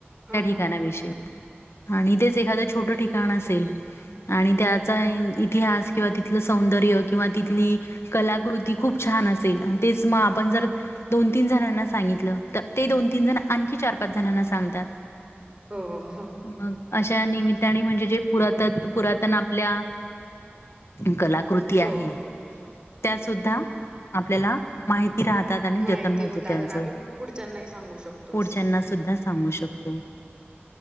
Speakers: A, on the right; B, on the left.
A: हा
B: त्या ठिकाणाविषयी. आणि तेच एखाद छोट ठिकाण असेल. आणि त्याचा इतिहास, किंवा तिथलं सौंदर्य, किंवा तिथली कलाकृती खूप छान असेल. आणि मग तेच आपण जर दोन-तीन जणांना सांगितलं. तर ते दोन-तीन जण आणखीन चार-पाच जणांना सांगतात.
A: हो हो हो.
B: मग अशा निमित्ताने म्हणजे जे पुरातत पुरा तन आपल्या कलाकृती आहे.
A: हो
B: त्या सुद्धा आपल्याला माहिती राहतात. आणि
A: माहिती
B: जतन होते
A: होतात
B: त्यांच.
A: आणि आपण पुढच्यांनाही सांगू शकतो
B: पुढच्याना
A: असं.
B: सुद्धा सांगू शकतो.